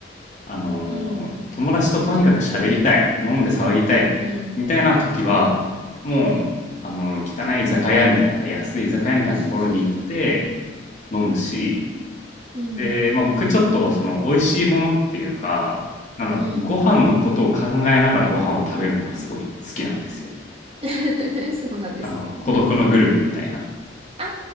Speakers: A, on the left; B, on the right.
A: あのー友達ととにかく喋りたい、
B: うん、
A: 飲んで騒ぎたい、
B: うん、
A: みたいな時は、
B: うん。
A: もう、あの汚い居酒屋みたいな、安い居酒屋みたいなところに行って
B: <laughs>
A: 飲むし、
B: うん、
A: で、まあ僕ちょっとその美味しいものっていうか、なんだろう、
B: うん。
A: ご飯のことを考えながらご飯を食べるのがすごい好きなんですよ。
B: <laughs> そうなんですね。
A: あの、孤独のグルメみたいな。
B: ああ、